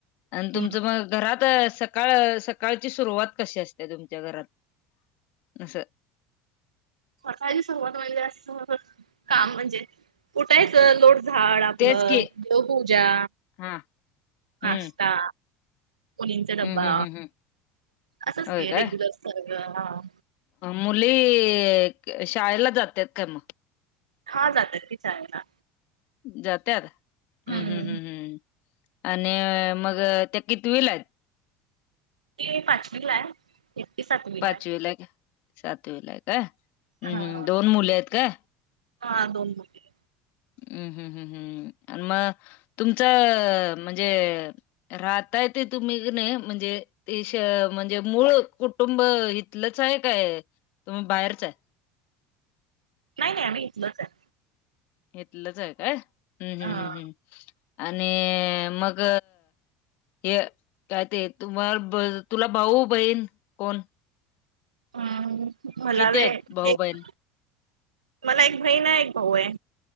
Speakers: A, on the left; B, on the right.
A: आणि तुमचं
B: हं.
A: मग घरात सकाळ सकाळची सुरुवात कशी असते तुमच्या घरात अस
B: स काळची सुरुवात म्हणजे अस काम म्हणजे उठायचं लोटझाड आपलं
A: तेच की
B: देवपूजा
A: हा हम्म
B: नाश्ता मुलींचा डब्बा
A: हं हं हं हं
B: असच
A: होय
B: की रेग्युलर
A: काय
B: सारख
A: मुली शाळेला जात्यात काय मग
B: हा जात्यात की शाळेला
A: जात्यात हम्म
B: हं.
A: हम् हम् हम् आणि मग त्या कितवीला आहेत?
B: ते पाचवी ला आहे. एकटी सातवीला
A: पाचवीला
B: आहे.
A: एक सातवीला एक आहे
B: हा
A: हम हम दोन मुलीआहेत का?
B: हा दोन मुली.
A: हम्म हम् हम् हम् आणि मग तुमचं म्हणजे, राहता येत तुम्ही का नाही म्हणजे, तश म्हणजे मूळ कुटुंब इथलंच आहे, काय तुम्ही बाहेरच आहे.
B: नाही नाही आम्ही इथलच आहे.
A: इथलच आहे काय हम् हम्
B: हा
A: हम् हम्, आणि मग हे काय ते तुम्हा तुला भाऊ बहीण कोण?
B: हम् मला
A: किती
B: होय,
A: आहेत भाऊ
B: एक
A: बहीण
B: मला एक बहीण आहे एक भाऊ आहे.